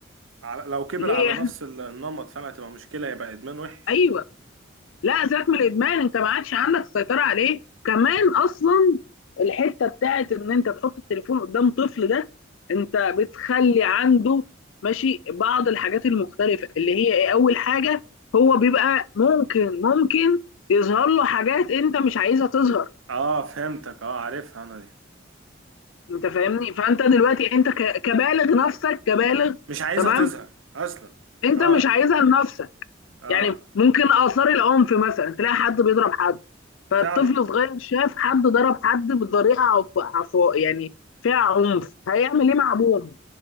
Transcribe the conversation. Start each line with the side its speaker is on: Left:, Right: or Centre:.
Right: على- لو كبر
Left: ليه
Right: على نفس
Left: احنا
Right: ال- النمط فاهم هتبقى مشكلة يبقى إدمان وحش
Left: ايوه لا سيبك من الادمان انت ما عادش عندك السيطره عليه كمان اصلا الحته بتاعت ان انت تحط التليفون قدام طفل ده انت بتخلي عنده ماشي بعض الحاجات المختلفه اللي هي ايه اول حاجه هو بيبقى ممكن ممكن يظهر له حاجات انت مش عايزها تظهر
Right: اه فهمتك اه عارفها أنا دي
Left: انت فاهمني فانت دلوقتي انت ك- كبالغ نفسك كبالغ
Right: مش عايزها
Left: تمام
Right: تظهر أصلا
Left: انت
Right: اه
Left: مش عايزها لنفسك
Right: اه
Left: يعني ممكن آثار العنف مثلا تلاقي حد بيضرب حد فالطفل
Right: فعلا
Left: صغير شاف حد ضرب حد بطريقة عف... عف... يعني فيها عنف هيعمل ايه مع ابوه؟